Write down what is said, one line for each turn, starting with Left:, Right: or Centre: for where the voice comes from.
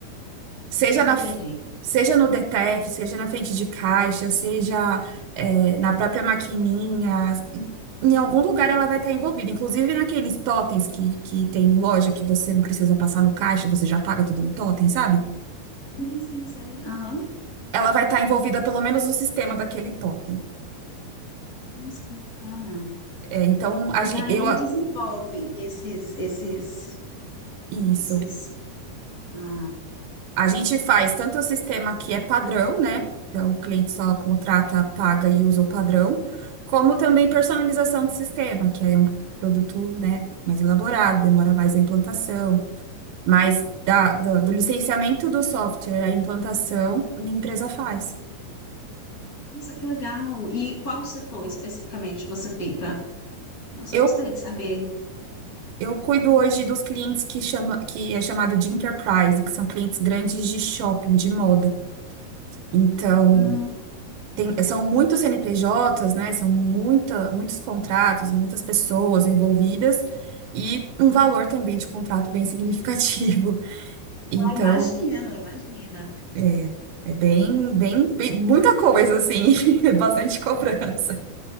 Right: Seja
Left: Hum,
Right: na,
Left: entendi.
Right: seja no DTF, seja na frente de caixa, seja, é, na própria maquininha, em em algum lugar ela vai estar envolvida. Inclusive naqueles totens que, que tem em loja que você não precisa passar no caixa, você já paga tudo no totem, sabe?
Left: Sim, sim, sei. Aham.
Right: Ela vai estar envolvida pelo menos no sistema daquele totem.
Left: Nossa, que bacana.
Right: É, então, a
Left: E
Right: gente,
Left: aí
Right: eu. a-
Left: desenvolve esses esses
Right: Isso.
Left: esses ah,
Right: A gente faz tanto o sistema que é padrão, né? Então, o cliente só contrata, paga e usa o padrão, como também personalização do sistema, que aí é um produto, né, mais elaborado, demora mais a implantação, mas da, do, do licenciamento do software à implantação, a minha empresa faz.
Left: nossa, que legal. E qual setor especificamente você fica? Nossa,
Right: Eu,
Left: eu gostei de saber.
Right: eu cuido hoje dos clientes que chama, que é chamado de enterprise, que são clientes grandes de shopping, de moda. Então,
Left: Hum,
Right: tem- são muitos CNPJs, né? São muita, muitos contratos, muitas pessoas envolvidas e um valor também de contrato bem significativo. <laughs> Então,
Left: ah, imagino, imagina.
Right: é, é bem, bem, bem- muita coisa, assim, <laughs> bastante cobrança.